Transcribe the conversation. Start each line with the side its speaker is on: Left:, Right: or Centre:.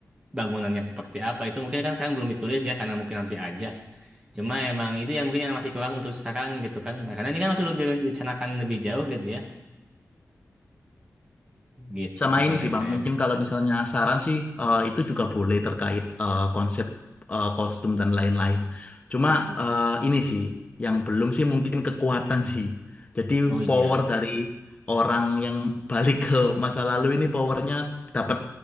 Right: bangunannya seperti apa itu mungkin kan sekarang belum ditulis ya karena mungkin nanti aja. Cuma emang itu yang mungkin yang masih kurang untuk sekarang gitu kan. Karena ini kan masih belum direncanakan lebih jauh gitu ya. Gitu
Left: Sama
Right: sih kalau
Left: ini
Right: dari
Left: sih Bang,
Right: saya
Left: mungkin kalau misalnya saran sih eh, itu juga boleh terkait eh, konsep eh, kostum dan lain-lain. Cuma
Right: kan.
Left: eh, ini sih yang belum sih mungkin kekuatan sih. Jadi
Right: Oh iya.
Left: power dari orang yang <laughs> balik ke masa lalu ini powernya dapat